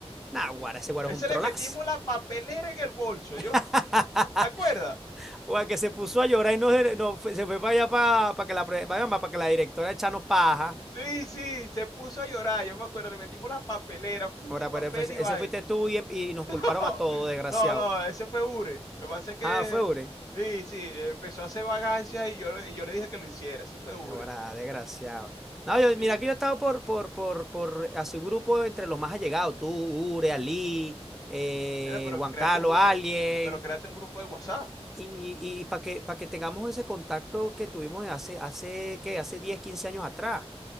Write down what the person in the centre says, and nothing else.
Nah, guara, ese guaro
es un trolazo.
<laughs>
Guara, que se puso a llorar y no, se- no se fue para allá para, para que la para pa' allá, que la directora echanos paja.
Ahora,
pero ese,
fuiste tú y, y nos
culparon a todos, desgraciado.
Ah, fue Ure.
Ahora, desgraciado. No, yo,
mira, aquí
yo he estado por, por, por, por hacer un grupo entre los más allegados. Tú, Ure, Ali, eh,
Juan
Carlos,
Alien.
Y, y y para que, para que tengamos ese contacto que tuvimos hace, hace, ¿qué? Hace 10 15 años atrás.